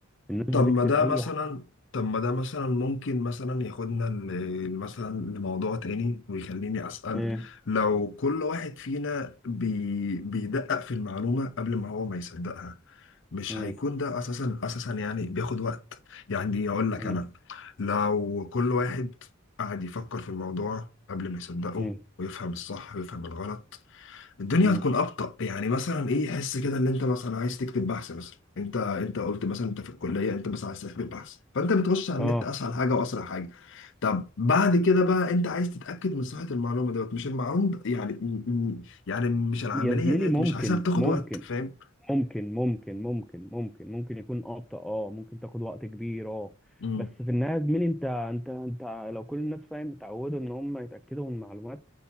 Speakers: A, in the centre; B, on the left (about 60°).
A: الناس
B: طب
A: بتكتب
B: ما ده
A: أي
B: مثلا
A: حاجة
B: طب ما ده مثلا ممكن مثلا ياخدنا ل- مثلا لموضوع تاني ويخليني أسأل
A: إيه
B: لو كل واحد فينا بي بيدقق في المعلومة قبل ما هو ما يصدقها مش
A: إيه
B: هيكون ده أساسا أساسا يعني بياخد وقت يعني أقول لك
A: إيه
B: أنا لو كل واحد قعد يفكر في الموضوع قبل ما يصدقه
A: إيه
B: ويفهم الصح ويفهم الغلط الدنيا
A: إيه.
B: هتكون ابطأ يعني مثلا ايه حس كده ان انت مثلا عايز تكتب بحث مثلا انت انت قلت مثلا انت في الكليه انت بس عايز تكتب بحث فانت بتخش على
A: آه
B: النت اسهل حاجه واسرع حاجه طب بعد كده بقى انت عايز تتاكد من صحه المعلومه دوت مش المعلومه د- يعني م- م- يعني مش العمليه
A: يا زميلي
B: ديت
A: ممكن
B: مش عايزها بتاخد
A: ممكن
B: وقت فاهم
A: ممكن ممكن ممكن ممكن ممكن يكون ابطأ اه ممكن تاخد وقت كبير اه
B: امم
A: بس في النهايه يا زميلي انت انت انت لو كل الناس فاهم اتعودوا ان هم يتاكدوا من المعلومات